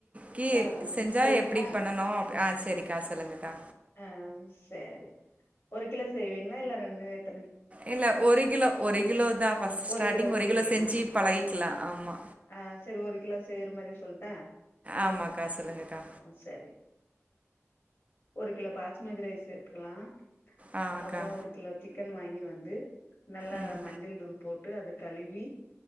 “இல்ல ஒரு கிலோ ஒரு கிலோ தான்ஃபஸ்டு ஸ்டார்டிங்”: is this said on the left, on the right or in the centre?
Right